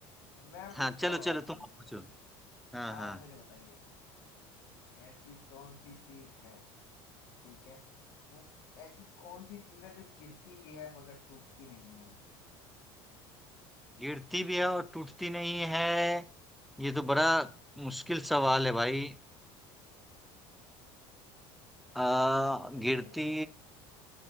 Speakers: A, on the left (about 70°); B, in the centre.
A: मैं पूछता
B: हाँ चलो
A: हूँ अब आपसे
B: चलो तुम अब पूछो हाँ
A: आप
B: हाँ
A: मुझे बताइए ऐसी कौन सी चीज है ठीक है वो ऐसी कौन सी चीज है जो गिरती भी है मगर टूटती नहीं है
B: गिरती भी है और टूटती नहीं है ये तो बड़ा मुश्किल सवाल है भाई आ,
A: बताइए बताइए
B: गिरती